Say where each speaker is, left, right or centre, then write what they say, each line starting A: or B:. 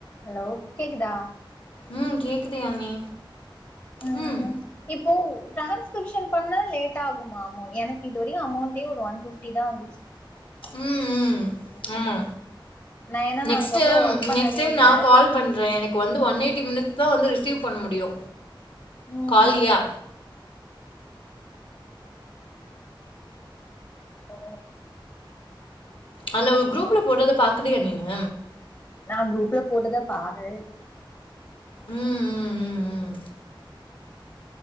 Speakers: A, on the left (about 40°); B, on the left (about 75°).
A: Hello கேக்குதா
B: ம் கேக்குது யாழினி
A: ம்
B: ஹும்
A: இப்போ ட்ரான்ஸ்கிரிப்ஷன் பண்ணா லேட் ஆகுமா மோகி இந்த எனக்கு இதுவரையு அமௌண்டே ஒரு ஒன் ஃபிஃப் டி தா வந்துச்சு
B: ம் ம் ஆமா
A: நா ஏன்னா
B: நெக்ஸ்ட்டு
A: நா அதுக்கப்புறோ ஒர்க் பண்ணவே
B: நெக்ஸ்ட் டைம்
A: இல்ல
B: நா கால் பண்றே எனக்கு வந்து ஒன் எயிட்டி மினிட்ஸ் தா வந்து ரிசீவ் பண்ண முடியு
A: ம்
B: காலியா
A: ஓ
B: அந்த ஒரு குரூப்ல போடடதை பாக்குறியா நீனு
A: நா குரூப்ல போட்டத பாக்கவே இல்ல
B: ம் ம் ம் ம்